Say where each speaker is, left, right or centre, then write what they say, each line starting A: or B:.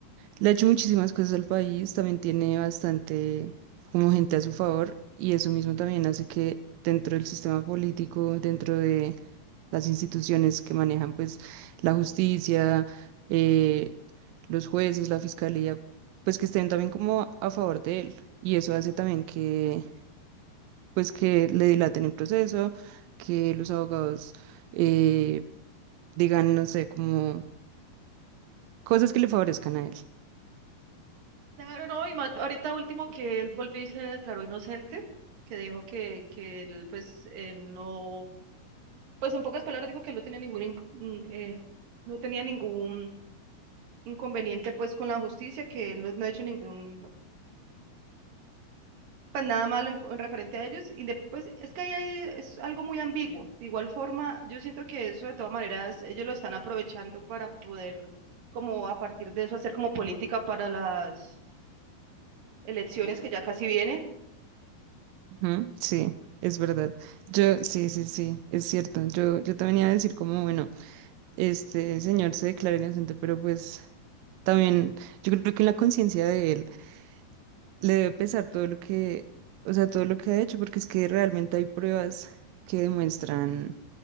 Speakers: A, on the right; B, on the right.
A: Le ha hecho muchísimas cosas al país, también tiene bastante como gente a su favor y eso mismo también hace que dentro del sistema político, dentro de las instituciones que manejan pues la justicia, eh, los jueces, la fiscalía, pues que estén también como a favor de él y eso hace también que pues que le dilaten el proceso, que los abogados eh, digan, no sé, como cosas que le favorezcan a él.
B: Claro, no, y más ahorita último que él volvió y se declaró inocente, que dijo que, que él pues él no, pues en pocas palabras dijo que él no tenía ningún inco- mm, eh, no tenía ningún inconveniente pues con la justicia, que él no no ha hecho ningún pues nada malo en, en referente a ellos. inde- Pues es que ahí hay- es algo muy ambiguo. De igual forma, yo siento que eso de todas maneras ellos lo están aprovechando para poder, como a partir de eso, hacer como política para las elecciones que ya casi vienen.
A: Ujú, Sí, es verdad. Yo, sí, sí, sí, es cierto. Yo, yo también iba a decir como, bueno, este señor se declara inocente, pero pues también yo creo que en la conciencia de él le debe pesar todo lo que, o sea, todo lo que ha hecho, porque es que realmente hay pruebas que demuestran,